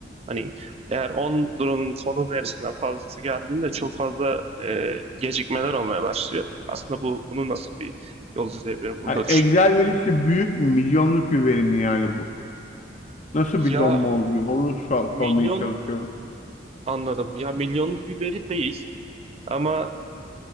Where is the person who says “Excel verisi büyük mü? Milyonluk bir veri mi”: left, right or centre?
Left